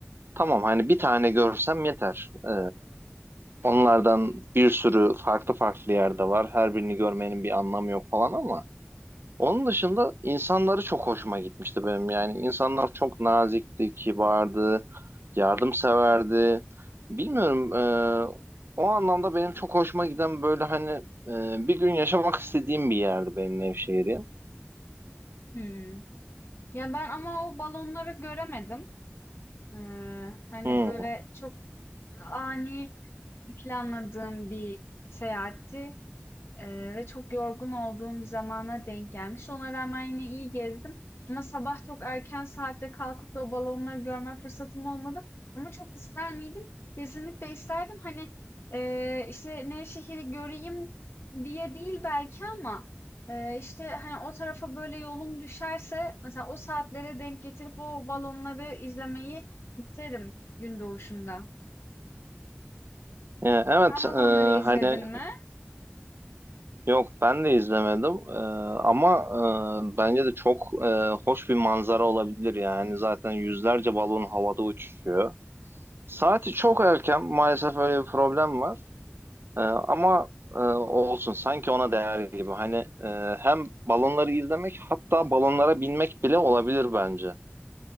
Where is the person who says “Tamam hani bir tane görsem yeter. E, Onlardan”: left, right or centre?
Right